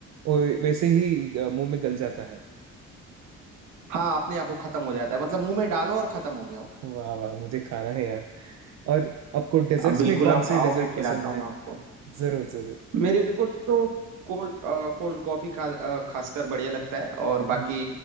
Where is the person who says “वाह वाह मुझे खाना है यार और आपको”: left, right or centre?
Right